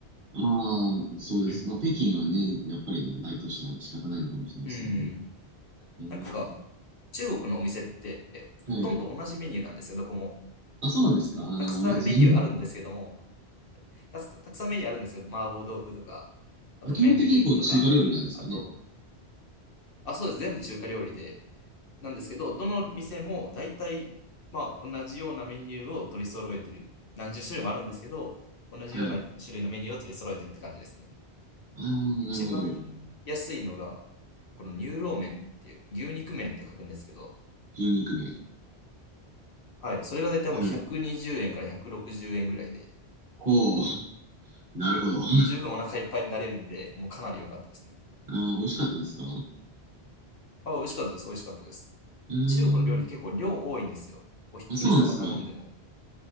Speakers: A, on the right; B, on the left.
A: ああ、そうです。
B: うん。
A: まあ、北京はね、やっぱり大都市なんで仕方ないのかもしれませんね。
B: うん。
A: ええ、
B: なんか
A: なるほ
B: 中国のお店って
A: ど。
B: ほとんど同じメニューなんですよ、
A: はい。
B: どこも。
A: あ、そうなんですか。あの、
B: たくさんメニューあるんですけども、
A: 同じ。
B: たくたくさんメニューあるんですけど、麻婆豆腐とか、
A: <laughs>
B: あと麺類とか、
A: あ、基本的にこう、中華料理なんですかね。
B: あと、あ、そうです、全部中華料理で、なんですけど、どの店も大体、まあ、同じようなメニューを取り揃えてる。何十種類もあるんですけど、同じような種類のメニューを取り揃えてるって感じですね。
A: はい。ああ、
B: 一番安いのが、
A: なるほど。
B: この乳老麺っていう、牛肉麺って書くんですけど、
A: 牛肉麺。
B: はい、それが大体もう120円から160円ぐらいで、
A: はい。ほう、<laughs> なるほど。<laughs>
B: 十分お腹いっぱいになれるんで、もうかなり良かったですね。
A: ああ、美味しかったですかう
B: あ、美味しかったです。美味しかったです。
A: ー
B: 中国の料理って結構量多いんですよ。
A: ん。
B: お一人様頼んでも。
A: あ、そうなんですか。う